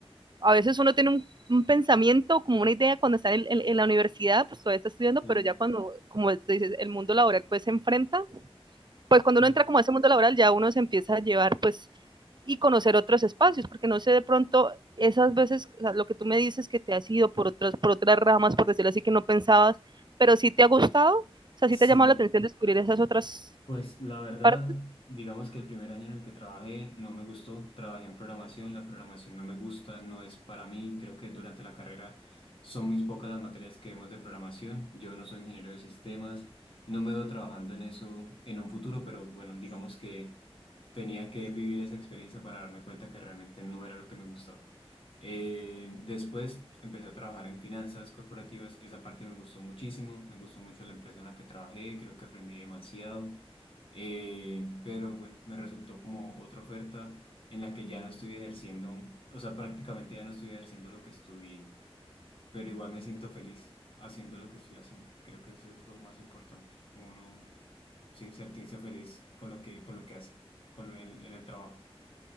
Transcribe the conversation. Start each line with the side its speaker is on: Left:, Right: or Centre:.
Right: a veces uno tiene un, un pensamiento, como una idea cuando está en, en, en, la universidad, pues todavía está estudiando,
Left: Sí.
Right: pero ya cuando, como te dices, el mundo laboral pues se enfrenta, pues cuando
Left: Y
Right: uno entra como a ese mundo laboral ya uno se empieza a llevar pues y conocer otros espacios, porque no sé de pronto esas veces, o sea, lo que tú me dices que te has ido por otras, por otras ramas, por decirlo así, que no pensabas, pero sí te ha gustado, o sea, sí te
Left: Sí,
Right: ha llamado la atención descubrir esas otras
Left: pues la verdad,
Right: partes.
Left: digamos que el primer año en el que trabajé no me gustó, trabajé en programación, la programación no me gusta, no es para mí, creo que durante la carrera son muy pocas las materias que vemos de programación, yo no soy ingeniero de sistemas, no me veo trabajando en eso en un futuro, pero bueno, digamos que tenía que vivir esa experiencia para darme cuenta que realmente no era lo que me gustaba. Eh, después empecé a trabajar en finanzas corporativas, esa parte me gustó muchísimo, me gustó mucho la empresa en la que trabajé, creo que aprendí demasiado, Eh, pero bueno, me resultó como otra oferta en la que ya no estoy ejerciendo, o sea, prácticamente ya no estoy ejerciendo lo que estudié, pero igual me siento feliz haciendo lo que estoy haciendo, creo que eso es lo más importante, como no sí, sentirse feliz con lo que, con lo que hace, con el, en el trabajo.